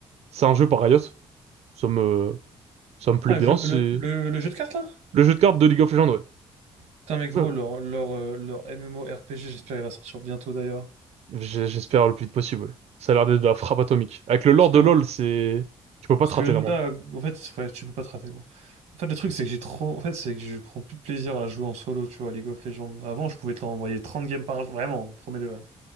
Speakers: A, on the right; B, on the right.
A: C'est un jeu par Riot. Ça me, ça me plaît
B: Ah,
A: bien,
B: je-
A: c'est
B: le, le, le jeu de cartes, là?
A: le jeu de cartes de League of Legends,
B: Putain, mais gros,
A: ouais.
B: leur, leur, euh, leur MMORPG, j'espère il va sortir bientôt, d'ailleurs.
A: J'ai- J'espère le plus vite possible. ouais. Ça a l'air d'être de la frappe atomique. Avec le lore
B: Parce que,
A: de LoL, c'est... Tu peux pas
B: parce
A: te rater
B: que là,
A: normalement.
B: en fait, ouais, tu peux pas te rater, gros. En fait, le truc, c'est que j'ai trop. En fait, c'est que je prends plus de plaisir à jouer en solo, tu vois, à League of Legends. Avant, je pouvais te l'envoyer 30 games par jour, vraiment, premier degré.